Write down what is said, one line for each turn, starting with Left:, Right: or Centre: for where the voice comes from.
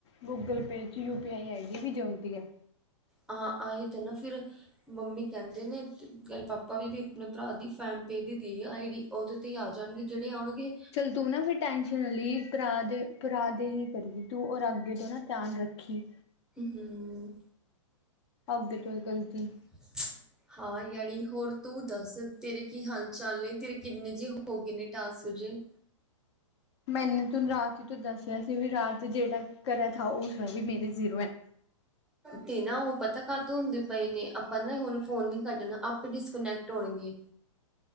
Left: ਗੂਗਲ ਪੇ ਚ ਯੂਪੀਆਈ ਆਈਡੀ ਵੀ ਜਾਂਦੀ ਹੈ।
Centre: ਆਹ। ਆਏ ਤੇ ਨਾ ਫਿਰ ਮੰਮੀ ਕਹਿੰਦੇ ਨੇ ਅਤੇ ਕੱਲ ਪਾਪਾ ਵੀ ਵੀ ਆਪਣੇ ਭਰਾ <inaudible> ਪੇ ਦੀ ਦੀ ਆਈ ਡੀ। ਉਹਦੇ ਤੇ ਹੀ ਆ ਜਾਣਗੇ ਜਿਹੜੇ ਆਉਣਗੇ।
Left: ਚੱਲ ਤੂੰ ਨਾ ਫਿਰ ਟੈਂਸ਼ਨ ਸੁਨਲੀਰ ਭਰਾ ਦੇ, ਭਰਾ ਦੇ ਹੀ ਕਰੀ ਤੂੰ ਹੋਔਰ ਅੱਗੇ ਤੋਂ ਨਾ ਧਿਆਨ ਰੱਖੀ।
Centre: ਹਮ।
Left: ਅੱਗੇ ਤੋਂ ਇਹ ਗਲਤੀ।
Centre: <inaudible> ਹਾਂ ਯਾਨੀ, ਹੋਰ ਤੂੰ ਦੱਸ ਤੇਰੇ ਕੀ ਹਾਲ- ਚਾਲ ਨੇ। ਤੇਰੇ ਕਿੰਨੇ ਜੇਹੇ ਹੋ ਗਏ ਨੇ ਟਾਸਕ ਹਜੇ।
Left: ਮੈਨੇ ਤੁਹਾਨੂੰ ਰਾਤ ਹੀ ਤੋਂ ਦੱਸਿਆ ਸੀ ਵੀ ਰਾਤ ਜਿਹੜਾ ਕਰਾ ਥਾ। ਉਹ ਸ ਵੀ ਮੇਰੇ ਜ਼ੀਰੋ ਹੈ।
Centre: ਤੇ ਨਾ ਉਹ ਪਤਾ ਕੱਤੋਂ ਹੁੰਦੇ ਪਏ ਨੇ ਆਪਾਂ ਨਾ ਹੁਣ ਫੋਨ ਨੀ ਕੱਢਣਾ। ਆਪੇ ਡਿਸਕਨੈਕਟ ਹੋਣਗੇ।